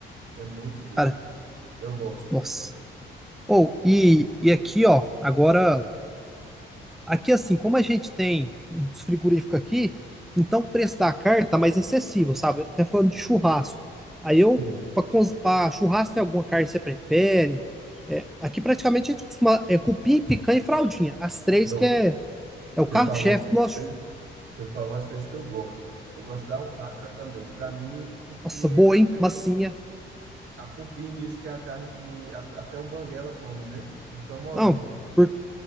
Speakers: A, on the right; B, in the centre.
A: é muito boa,
B: Cara,
A: eu gosto.
B: nossa. Ou, e, e aqui, ó, agora. Aqui, assim, como a gente tem os frigoríficos aqui, então o preço da carne tá mais acessível, sabe? Até falando de churrasco. Aí eu,
A: Hum.
B: para churrasco, tem alguma carne que você prefere? É, aqui praticamente a gente costuma é, cupim, picanha e fraldinha. As três
A: Pronto,
B: que é, é o carro-chefe
A: você falou, as
B: do nosso.
A: três- você falou as três que eu gosto. Eu gosto da alcatra também, para mim, cupim
B: Nossa, boa,
A: é a
B: hein?
A: melhor.
B: Massinha.
A: A cupim diz que é a carne que a- até o banguela come, né, de tão molinha
B: Não,
A: que...
B: por